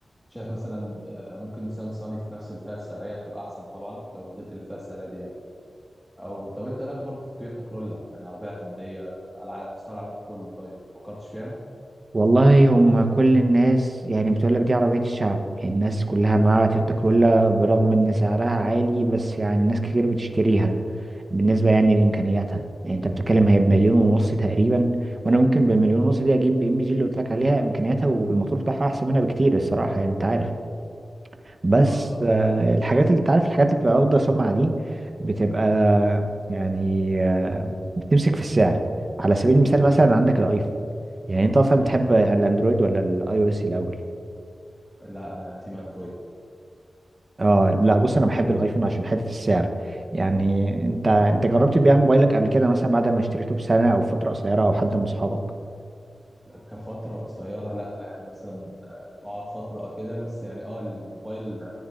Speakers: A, in the centre; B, on the right.
A: شايف مثلا آه، ممكن نيسان صاني في نفس الفئة السعرية تبقى أحسن طبعا لو نزلت للفئة السعرية دي يعني أو طب أنت إيه رأيك برضه في التويوتا كرولا يعني عربية اعتمادية على على مستوى العالم كله طيب ما فكرتش فيها؟
B: والله هم كل الناس يعني بتقولك دي عربية الشعب يعني الناس كلها معاها تويوتا كرولا برغم ان سعرها عالي بس يعني ناس كتير بتشتريها بالنسبة يعني لإمكانياتها يعني انت بتتكلم هي بمليون ونص تقريبا وانا ممكن بالمليون ونص دي اجيب ام جي اللي قلت لك عليها امكانياتها والموتور بتاعها احسن منها بكتير الصراحة يعني انت عارف بس
A: آه آه
B: آه، الحاجات اللي انت عارف الحاجات اللي بتبقى واخدة سمعة دي بتبقى يعني آه، بتمسك في السعر على سبيل المثال مثلا عندك الايفون يعني انت اصلا بتحب الاندرويد ولا الاي او اس الاول
A: لا أنا تيم أندرويد
B: اه لا بص انا بحب الايفون عشان حته السعر يعني انت انت جربت تبيع موبايلك قبل كده مثلا بعد ما اشتريته بسنه او فتره قصيره او حد من اصحابك
A: كفترة قصيرة لا يعني مثلا آه، بقعد فترة كده بس يعني اه الموبايل